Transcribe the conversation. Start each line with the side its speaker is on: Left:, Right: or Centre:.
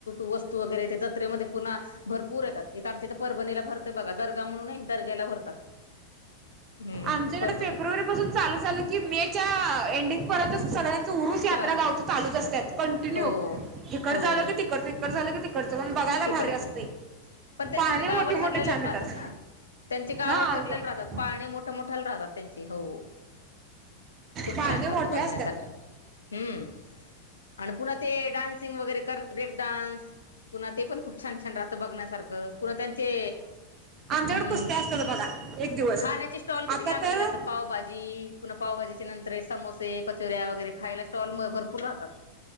Left: वस्तु वैगेरे जत्रेमध्ये पुन्हा भरपूर येतात इथ आमच्या इथ परभणीला भरत बघा दर्गा म्हणून नाही दर्ग्याला भरतात हम्म
Right: आमच्याकडे
Left: परभणीत
Right: फेब्रुवारी पासून चालू झालं की मे च्या एंडिंग पर्यंत सगळ्यां उरूस यात्रा
Left: चालू
Right: गावच चालू असतात कंटिन्यू
Left: हो
Right: इकडचं
Left: हो
Right: झालं की तिकडचं, इकडचं झालं की तिकडचं पण बघायला
Left: तिकडचं
Right: भारी असते
Left: पण त्यांचे
Right: पाहणे
Left: ते गावं
Right: मोठे मोठे
Left: ठरलेलेच
Right: छान
Left: राहतात
Right: येतात
Left: ना त्यांची गावं
Right: हा
Left: ठरले
Right: ग-
Left: राहतात पाळणे मोठ मोठ मोठाला राहतात त्यांचे हो खूप
Right: पाहणे
Left: छान राहतं
Right: मोठे
Left: बघण्यासारखं
Right: असतात
Left: हम्म आणि पुन्हा ते डान्सिंग वगैरे कर ब्रेक डान्स पुन्हा ते पण खूप छान छान राहतं बघण्यासारखं पुन्हा त्यांचे
Right: आमच्याकड
Left: हम्म
Right: कुसत्या असतात बघा एक दिवस
Left: खाण्याचे स्टॉल किती
Right: आता
Left: लागलेले
Right: तर
Left: असत पावाभाजी पुन्हा पावभाजीच्या नंतर समोसे कचोऱ्या वगैरे खायला स्टॉल मग भरपूर राहतात